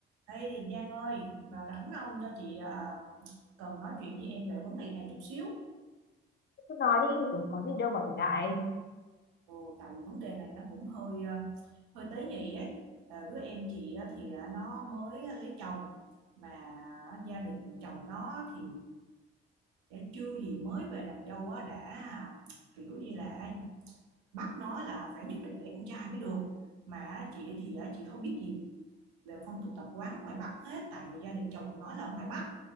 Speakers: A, on the right; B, on the left.
A: Ê Giang ơi, vào rảnh không cho chị à, cần nói chuyện với em về vấn đề này chút xíu.
B: cứ nói đi rồi có gì đâu mà phải ngại
A: Ừ, tại vì vấn đề này nó cũng hơi à, hơi tế nhị ấy. Ờ, đứa em chị á thì à, nó mới lấy chồng mà gia đình chồng nó thì chưa gì mới về làm dâu á đã à, kiểu như là bắt nó là phải nhất định phải lấy con trai mới được. Mà chị thì à, chị không biết gì về phong tục tập quán ngoài Bắc hết tại vì gia đình chồng của nó là ở ngoài Bắc